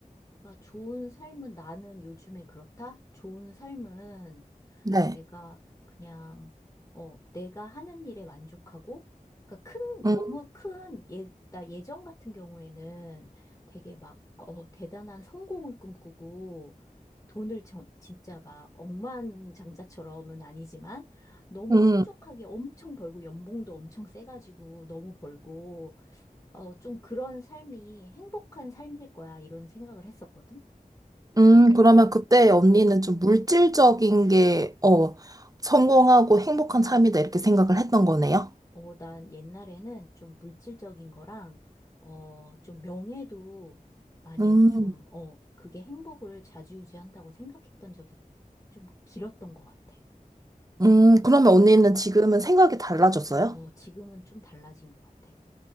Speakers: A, on the left (about 25°); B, on the right (about 25°).
A: 그러니까 좋은 삶은 나는 요즘에 그렇다? 좋은 삶은
B: 네.
A: 내가 그냥, 어, 내가 하는 일에 만족하고, 그러니까 큰,
B: 음,
A: 너무 큰, 예, 나 예전 같은 경우에는 되게 막, 어, 대단한 성공을 꿈꾸고, 돈을 정- 진짜 막 억만장자처럼은 아니지만 너무
B: 음,
A: 풍족하게 엄청 벌고 연봉도 엄청 세가지고 너무 벌고 어, 좀 그런 삶이 행복한 삶일 거야 이런 생각을 했었거든.
B: 음,
A: 근데
B: 그러면 그때 언니는
A: 어,
B: 좀 물질적인 게, 어, 성공하고 행복한 삶이다, 이렇게 생각을 했던 거네요.
A: 어, 난 옛날에는 좀 물질적인 거랑, 어, 좀 명예도 많이
B: 음,
A: 좀, 어, 그게 행복을 좌지우지한다고 생각했던 적이 좀 길었던 것 같아.
B: 음, 그러면
A: 어,
B: 언니는 지금은 생각이 달라졌어요?
A: 어, 지금은 좀 달라진 것 같아.